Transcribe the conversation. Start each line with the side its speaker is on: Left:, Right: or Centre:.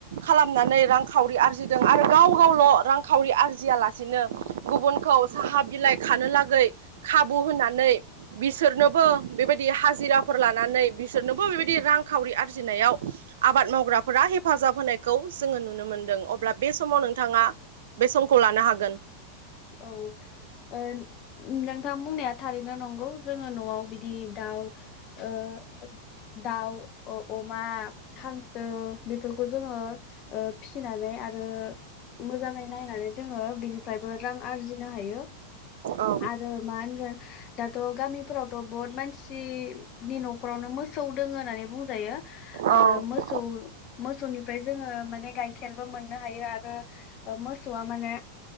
Right: खालामनानै रांखावरि आरजिदों आरो गाव गावल' रांखावरि आरजियालासेनो गुबुनखौ साहा बिलाइ खानो लागै खाबु होननानै बिसोरनोबो बेबायदि हाजिरा फोर लानानै बिसोरनोबो बेबायदि रांखावरि आरजिनायाव आबाद मावग्राफोरा हेफाजाब होनायखौ जोङो नुनो मोनदों अब्ला बे समाव नोंथाङा बे समखौ लानो हागोन
Left: औ नोंथां बुंनाया थारैनो नंगौ जोङो न'आव बिदि दि दाउ ओ दाउ अ-अमा हांसो बेफोरखौ जोङो ओ फिनानै आरो मोजाङै नायनानै जोङो बिनिफ्रायबो रां आरजिनो हायो
Right: औ
Left: आरो मा होनगोन दाथ' गामिफोरावथ' बहुत मानसि बिनि न'खरावनो मोसौ दङ होननानै बुंजायो
Right: औ
Left: ओ मोसौ मोसौ मोसौनिफ्राय जोङो माने गाइखेरबो मोननो हायो आरो मोसौआ माने